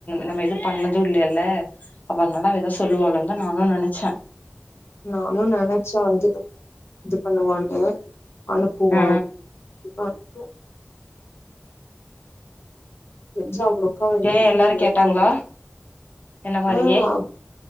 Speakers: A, on the left (about 40°); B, on the left (about 75°).
A: நம்ம எது பண்ணது இல்லல்ல அப்பறம்னாலா எதோ சொல்லுவாலுந்த நானு நெனச்ச
B: நானு நெனச்ச வந்து இது இது பண்ணுவானு அனுப்புவா
A: ஆ
B: இப்ப அனுப்பு தெருஞ்ச அவுங்ள உக்காவிலயனு
A: ஏ
B: எடுத்துக்கலனு
A: எல்லாரு கேட்டாங்களா
B: தோணுது
A: என்ன மாரியே
B: ஆ